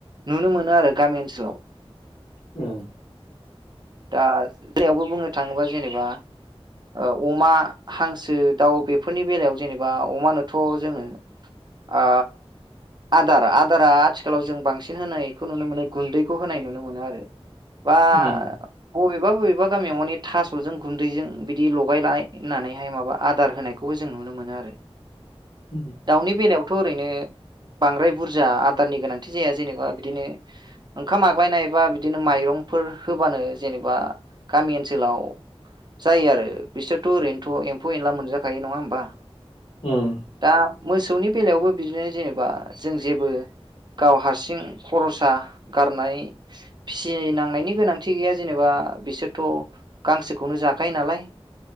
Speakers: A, on the right; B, on the left.
A: नुनो मोनो आरो गामि ओनसोलाव।
B: उम
A: जानायावबो बुंनो थाङोबा जेनेबा ओ अमा हांसो दाउ बेफोरनि बेलायाव जेनेबा अमानोथ' जोङो। आ आदार आदारा आथिखालाव जों बांसिन होनायखौ नुनो मोनो गुन्दैखौ होनाय नुनो मोनो आरो। बा
B: उम
A: बबेबा बबेबा गामियाव मानि थास'जों गुन्दैजों बिदि लगायलायनानैहाय माबा आदार होनायखौबो जों नुनो मोनो आरो
B: उम
A: दाउनि बेलायावथ'ओरैनो बांद्राय बुरजा आदारनि गोनांथि जाया जेनेबा बिदिनो ओंखाम आग्लायनायबा बिदिनो माइ माइरंफोर होबानो जेनेबा गामि ओनसोलाव जायो आरो बिसोरथ'ओरैनोथ' एम्फौ एनला मोनजाखायो नङा होमबा?
B: उम
A: दा मोसौनि बेलायावबो बिदिनो जेनेबा जों जेबो गाव हारसिं खरसा गारनाय फिसिनांनायनि गोनांथि गैया। जेनेबा बिसोरथ' गांसोखौनो जाखायो नालाय